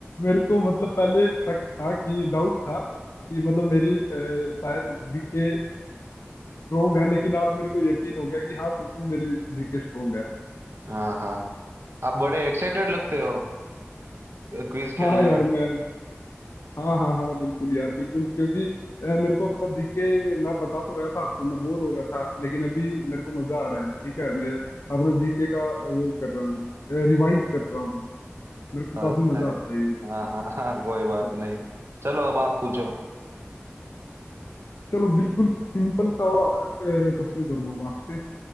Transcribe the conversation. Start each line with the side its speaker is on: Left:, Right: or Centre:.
Left: मेरे को मतलब पहले शक था कि डाउट था कि मतलब मेरी अ, शायद जीके स्ट्रोंग है लेकिन आज मेरे को यकीन हो गया कि हाँ सच में मेरी जीके स्ट्रोंग है
Right: हाँ हाँ आप बड़े एक्साइटेड लगते हो क्विज खेलने
Left: हाँ यार
Right: में
Left: मैं हाँ हाँ हाँ बिल्कुल यार बिल्कुल क्योंकि अ, मेरे को अपना जीके मैं बता तो रहा था आपको मैं बोर हो रहा था लेकिन अभी मेरे को मजा आ रहा है ठीक है मैं अपना जीके का वो कर रहा हूँ रिवाइज कर रहा हूँ मेरे को
Right: अच्छा
Left: काफी मजा
Right: है
Left: आता है इन क्वेश्चन
Right: हाँ हाँ हाँ कोई
Left: में
Right: बात नहीं चलो अब आप पूछो
Left: चलो बिल्कुल सिंपल सा क्वेश्चन करूंगा मैं आपसे